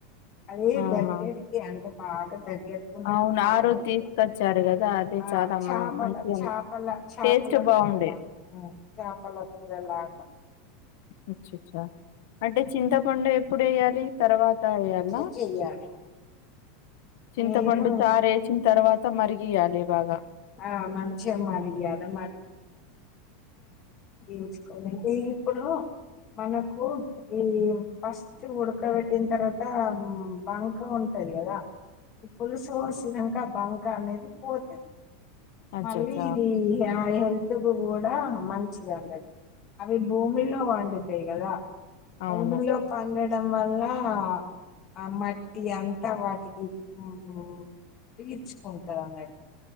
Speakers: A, on the left; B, on the left.
A: అది
B: ఆహా
A: దగ్గరికి అంటే బాగా దగ్ గ్గరకి ఉండాలి
B: అవును
A: బాగ
B: ఆ రోజు
A: ఇట్లా
B: తీసుకొచ్చారు కదా అదే
A: ఆ
B: చాలా
A: చాపల
B: మ మంచిగా
A: చాపల చాపల
B: టేస్ట్ బాగుండే
A: కూర లాగ ఆ చాపల కూర లాగా
B: అచ్చచ్చా అంటె చింతపండు ఎప్పుడెయ్యా లి తర్వాత ఎయ్యాల్నా
A: అట్లా చెయ్యాలి
B: చింతపండు
A: మీరు
B: చారేచి తర్వాత మరిగియ్యాలి బాగా
A: ఆ మంచిగా మరిగియాలి దించుకొని ఇగిఇప్పుడూ మనకూ ఈ ఫస్ట్ ఉడకబెట్టిన్ తర్వతా మ్ బంగ్ క ఉంటది గదా ఈ పులుసు పోసినంక బంక అనేది పోతది
B: అచ్చచ్చ
A: మళ్ళీ ఇది ఆ హెల్త్ కు గూడా మంచిదే అన్న అవి భూమిలో పండుతయి గదా భూమిలో
B: అవును
A: పండడం వల్లా ఆ మట్టి అంత వాటికి మ్మ్ మ్మ్మ్మ్ తీర్చుకుంటారన్నట్టు